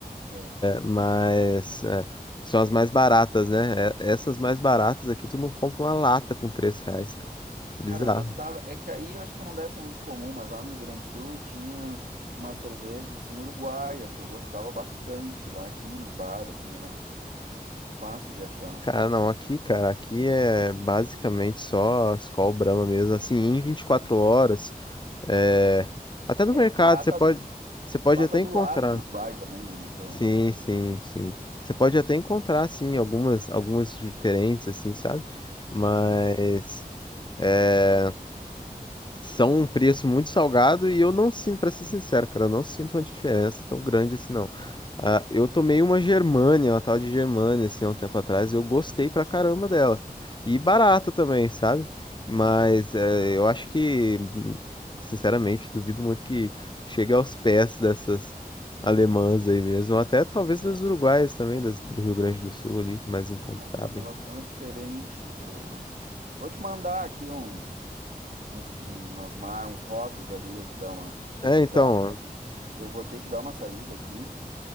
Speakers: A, on the right (about 65°); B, on the left (about 30°).
A: é.
B: Mas é, são as mais baratas, né? É, Essas mais baratas aqui, tu não compra uma lata com três reais, cara. Bizarro.
A: Cara, eu gostava. É que aí eu acho que não deve ser muito comum, mas lá no Rio Grande do Sul tinha umas cervejas assim uruguaias que eu gostava bastante. Lá tinha nos bares, assim, era fácil de achar.
B: Cara, não, aqui, cara, aqui é basicamente só Skol Brahma mesmo. Assim, em 24
A: Ah,
B: horas, é, até no
A: É,
B: mercado,
A: que lá
B: você
A: tá,
B: pode, você pode
A: lá
B: até
A: tá do
B: encontrar.
A: lado do Uruguai também, né? Então,
B: Sim,
A: por, por
B: sim,
A: isso,
B: sim. Você pode até encontrar, sim, algumas, algumas diferentes, assim, sabe? Mas.
A: sim.
B: é, são um preço muito salgado e eu não sinto, pra ser sincero, cara, eu não sinto uma diferença tão grande assim, não. Ah, eu tomei uma Germânia, uma tal de Germânia, assim, há um tempo atrás, e eu gostei pra caramba dela. cara. E
A: nem
B: barata
A: conheço.
B: também, sabe? Mas eh, eu acho que, hum, sinceramente, duvido muito que chegue aos pés dessas alemãs aí mesmo, ou até talvez
A: É,
B: dos uruguaios também, das- do Rio Grande do Sul ali, mais encontráveis.
A: a formulação é diferente. Eu eu vou te mandar aqui uns, uns, umas mar, uns rótulos ali, aí tu dá uma pesquisada.
B: É, então, ó.
A: Eu vou ter que dar uma saída aqui,